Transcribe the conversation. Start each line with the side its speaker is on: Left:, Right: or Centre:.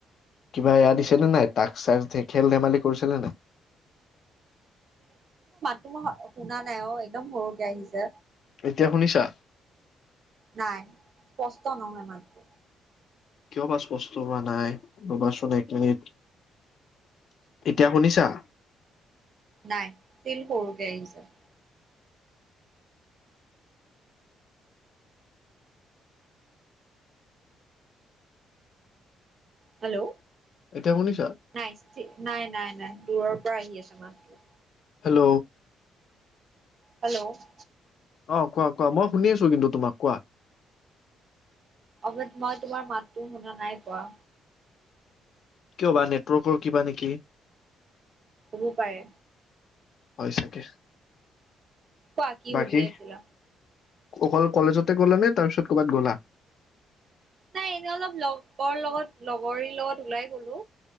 Left: কিবা এয়া দিছে নে নাই তাক চাক থ খেল ধেমালি কৰিছিলে ন
Right: তোমই শুনা নাই অ একদম সৰুকে আহিছে
Left: এতিয়া শুনিছা
Right: নাই স্পষ্ট নহয় মাত্ৰ
Left: বছ বস্তু হোৱা নাই ৰবাচোন এক মিনিট এতিয়া শুনিছা
Right: নাই ল কৰৰুোগে হি যে হেল্ল'
Left: এতিয়া শুনিছা?
Right: নাই নাই নাই নাই দূৰৰ পৰা আহি আছে মাছটো
Left: হেল্ল'
Right: হেল্ল' হয়
Left: অ কোৱা কোৱা মই শুনি আছো কিন্তু তোমাক কোৱা
Right: অৱ মই তোমাৰ মাতটোো শুনা নাই কোৱা
Left: কিয় বা নেটৱৰ্কৰ কিবা নেকি
Right: হ'ব পাৰে
Left: হয় চাগে
Right: পাকি
Left: বাকী
Right: হ দ আছিলিল
Left: অকল কলেজতে গ'লে নে তাৰপিছত ক'ৰবাত গ'লা
Right: নাই এনে অলপ লগৰ লগত লগৰীৰ লগত ওলাই গলো